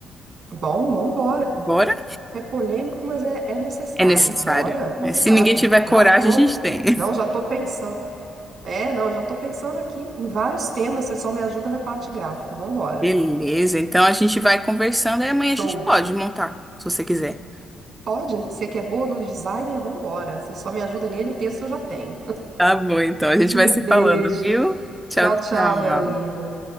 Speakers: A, on the right; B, in the centre.
A: bom, vambora.
B: Bora?
A: É polêmico, mas é, é necessário.
B: É necessário.
A: Bora, combinado.
B: né? Se ninguém tiver
A: Já
B: coragem,
A: tô,
B: a gente tem. <laughs>
A: não, já tô pensando. É, não, eu já tô pensando aqui em vários temas, você só me ajuda na parte gráfica. Vambora.
B: Beleza, então a gente vai conversando e amanhã a gente
A: Show.
B: pode montar, se você quiser.
A: Pode? Você que é boa no design, vambora. Você só me ajuda nele, o texto eu já tenho.
B: Tá bom, então a gente
A: Um
B: vai se
A: beijo.
B: falando, viu? Tchau,
A: Tchau,
B: tchau.
A: tchau, minha amiga.